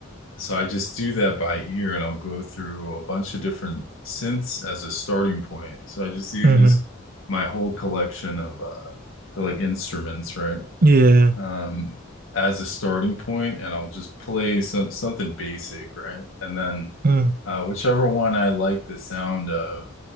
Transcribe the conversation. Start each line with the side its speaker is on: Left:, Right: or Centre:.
Left: So I just do that by ear and I'll go through a bunch of different synths as a starting point. So I just use
Right: hmm
Left: my whole collection of uh they like instruments, right?
Right: yeah
Left: Um as a starting point and I'll just play some something basic, right? And then
Right: mm,
Left: uh whichever one I like the sound of,